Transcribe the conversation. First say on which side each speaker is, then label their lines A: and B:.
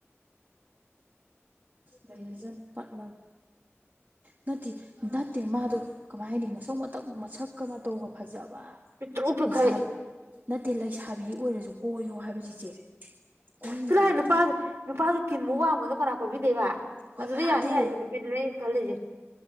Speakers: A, on the right; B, on the right.
A: ꯂꯩ ꯍꯖꯅ ꯄꯠꯂ ꯅꯠꯇꯦ ꯅꯠꯇꯦ ꯃꯥꯗꯣ ꯀꯃꯥꯏ ꯍꯥꯢꯅꯤ ꯃꯁꯛ ꯃꯇꯧ ꯃꯁꯛꯀ ꯃꯇꯧꯒ ꯐꯖꯕ
B: ꯄꯤꯛꯇ꯭ꯔꯨ ꯄꯤꯛꯈꯩ
A: ꯂꯩꯁꯥ ꯅꯠꯇꯦ ꯂꯩꯁꯥꯕꯤ ꯑꯣꯏꯔꯁꯨ ꯀꯣꯏꯌꯣ ꯍꯥꯏꯕ ꯆꯤꯆꯦ ꯀꯣꯏꯅꯤ
B: ꯆꯠꯂꯨꯍꯦ
A: ꯀꯣꯏꯔꯗꯤ
B: ꯅꯨꯄꯥꯗꯨ ꯅꯨꯄꯥꯗꯣ ꯀꯤꯟ ꯃꯨꯛ ꯋꯥꯡꯕꯗꯣ ꯀꯅꯥ ꯀꯣꯏꯕꯤꯗꯣꯢꯕ
A: ꯀꯣꯏꯕ
B: ꯑꯗꯨꯗ ꯌꯥꯅꯤ
A: ꯑꯗꯨ
B: ꯌꯥꯔꯤꯕ ꯗ ꯈꯜꯂꯤꯁꯤꯦ <inaudible>